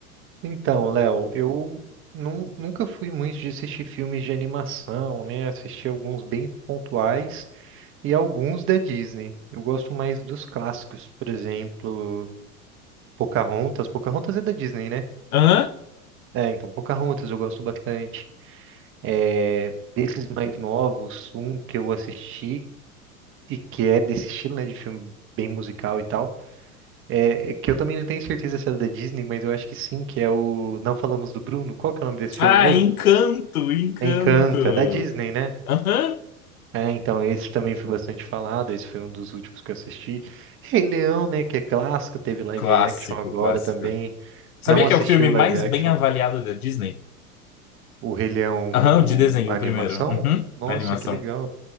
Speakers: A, on the right (about 30°); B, on the left (about 75°).
A: Então, Léo, eu nun- nunca fui muito de assistir filmes de animação, né? Assisti alguns bem pontuais e alguns da Disney. Eu gosto mais dos clássicos, por exemplo, Pocahontas. Pocahontas é da Disney, né?
B: Aham.
A: É, então, Pocahontas eu gosto bastante. É, desses mais novos, um que eu assisti e que é desse estilo, né, de filme bem musical e tal, é, é que eu também não tenho certeza se é da Disney, mas eu acho que sim, que é o Não Falamos do Bruno. Qual que é o nome desse
B: Ah,
A: filme mesmo?
B: Encanto, Encanto.
A: Encanto, é da Disney, né?
B: Aham.
A: É, então esse também foi bastante falado, esse foi um dos últimos que eu assisti. Rei Leão, né, que é clássico, teve live
B: Clássico,
A: action agora
B: clássico.
A: também.
B: Sabia
A: Não assisti
B: que é o filme
A: o
B: mais
A: live action,
B: bem avaliado da Disney?
A: o Rei Leão,
B: Aham,
A: o,
B: o de desenho,
A: a
B: o
A: animação.
B: primeiro. Uhum,
A: Nossa,
B: a animação.
A: que legal.